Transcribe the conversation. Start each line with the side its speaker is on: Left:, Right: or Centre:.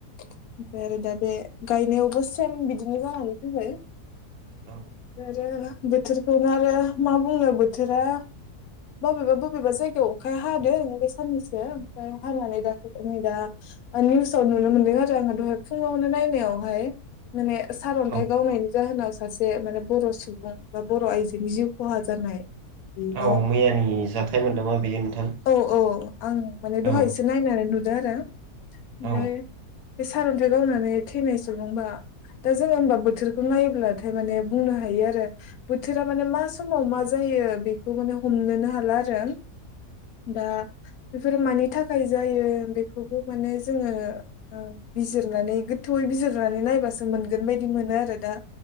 Left: ओमफ्राय आरो दा बे गायनायावबो सेम बिदिनो जानानै फैबाय।
Right: औ।
Left: ओमफायआरो ना बोथोरखौनो आरो मा बुंनो बोथोरा बबेबा-बबेबा जायगायाव अखाया हादों बे साननैसो ओमफ्राय हानानै दा नै दा ओमफाय निउसाव नुनो मोन्दों आरो आंहा दहाय फुङावनो नायनायावहाय। माने सार अन्थाइ
Right: औ
Left: गावनायनि जाहोनाव सासे माने बर' सुबुं बा बर' आइजोनि जिउ खहा जानाय। बेनाव
Right: औ मैयानि जाथाय मोनदोंमोन बेयो नोंथां।
Left: अ आं माने दहायसो
Right: औ
Left: नायनानै नुदों आरो ओमफाय
Right: औ
Left: बे सारअनथाय गावनानै थैनाय नङ बा दा जोङो बोथोरखौ नायब्लाथाय माने बुंनो हायो आरो बोथोरा माने मा समाव मा जायो बेखौ माने हमनोनो हाला आरो दा बेफोरो मानि थाखाय जायो बेखौबो माने जोङो ओ बिजिरनानै गोथौयै बिजिर नानै नायबासो मोनगोन बायदि मोनो आरो दा